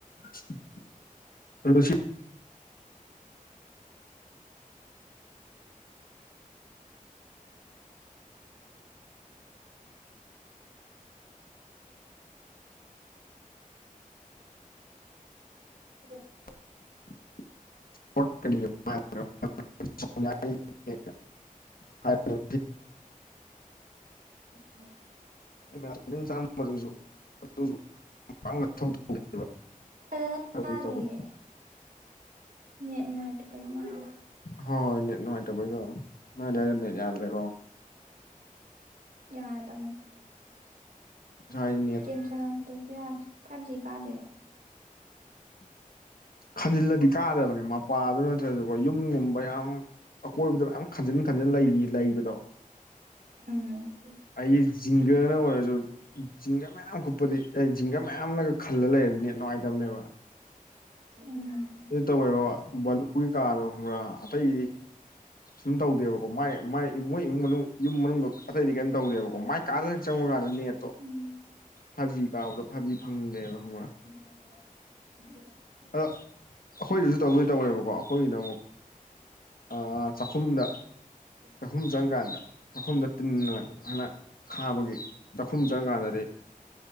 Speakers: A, on the left; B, on the right.
A: <unintelligible>
B: <inaudible>
A: <unintelligible> <inaudible>
B: ꯎꯝ <inaudible>
A: <unintelligible>
B: ꯐꯖꯅꯥ
A: ꯇꯧꯕꯩ
B: ꯇꯥꯗꯦꯌꯦ
A: ꯇꯧꯕ
B: ꯅꯦꯠ ꯅꯨꯡꯉꯥꯏꯇꯕꯒꯤ ꯃꯥꯜꯂꯦ
A: ꯍꯣꯏ ꯍꯣꯏ ꯅꯦꯠ ꯅꯨꯡꯉꯥꯏꯇꯕꯒꯤꯔꯣ ꯅꯣꯏꯗꯥꯏꯗ ꯅꯦꯠ ꯌꯥꯗ꯭ꯔꯦꯀꯣ
B: ꯌꯥꯗꯕꯅꯦ
A: ꯍꯥꯏꯅꯦ <unintelligible>
B: ꯒꯦꯝ ꯁꯥꯟꯅꯕꯗꯁꯨ ꯌꯥꯗ꯭ꯔꯦ ꯐꯥꯏꯚ ꯖꯤ ꯀꯥꯗꯦꯕ
A: <inaudible> ꯈꯟꯖꯤꯜꯂꯗꯤ ꯀꯥꯗꯕꯅꯦ ꯃꯄꯥꯗꯨ ꯅꯠꯇ꯭ꯔꯁꯨꯀꯣ ꯌꯨꯝꯒꯨꯝꯕ ꯌꯥꯝ ꯑꯀꯣꯏꯕꯗꯣ ꯃꯌꯥꯝ ꯈꯟꯖꯤꯟ ꯈꯟꯖꯤꯟ ꯂꯩꯔꯤ ꯂꯩꯕꯗꯣ
B: ꯎꯝ
A: ꯑꯩ ꯖꯤꯡꯒꯅ ꯑꯣꯏꯔꯁꯨ ꯖꯤꯡꯒꯥ ꯃꯌꯥꯝ ꯀꯨꯞꯄꯗꯤ ꯑꯩ ꯖꯤꯡꯒꯥ ꯃꯌꯥꯝꯅꯒ ꯈꯜꯂ ꯂꯩꯔꯗꯤ ꯅꯦꯠ ꯅꯨꯡꯉꯥꯏꯇꯕꯅꯦꯕ
B: ꯎꯝ
A: ꯑꯗꯨ ꯇꯧꯋꯦꯕ <unintelligible> ꯒꯤ ꯀꯥꯗꯣ ꯈꯪꯕ꯭ꯔꯥ ꯑꯇꯩꯗꯤ ꯁꯨꯝ ꯇꯧꯗꯦꯕꯀꯣ ꯃꯥꯏ ꯃꯥꯏ ꯃꯣꯏ ꯏꯃꯨꯡ ꯃꯅꯨꯡ ꯌꯨꯝ ꯃꯅꯨꯡꯗ ꯑꯇꯩꯗꯤ ꯀꯩꯔꯤꯝ ꯇꯧꯗꯦꯕ ꯑꯣ ꯃꯥꯏ ꯀꯥꯗꯅ ꯆꯪꯉꯨꯀꯥꯟꯗ ꯅꯦꯠꯇꯣ
B: ꯎꯝ
A: ꯐꯥꯏꯚ ꯖꯤ ꯀꯥꯕꯗꯣ ꯐꯥꯏꯚ ꯖꯤ ꯐꯪꯗꯦꯅ ꯈꯪꯕꯔꯥ
B: <inaudible> <inaudible>
A: ꯑꯗ ꯑꯩꯈꯣꯏꯗꯁꯨ ꯇꯧꯗꯣꯏ ꯇꯧꯋꯦꯕꯀꯣ ꯑꯩꯈꯣꯏꯒꯤꯅ ꯑꯃꯨꯛ ꯑꯥ ꯆꯥꯛꯈꯨꯝꯗ
B: <inaudible>
A: ꯆꯥꯛꯈꯨꯝ ꯆꯪꯀꯥꯟꯗ ꯆꯥꯛꯈꯨꯝꯗ ꯇꯤꯟꯅ ꯈꯥꯕꯒꯤ ꯆꯥꯛꯈꯨꯝ ꯆꯪꯀꯥꯟꯗꯗꯤ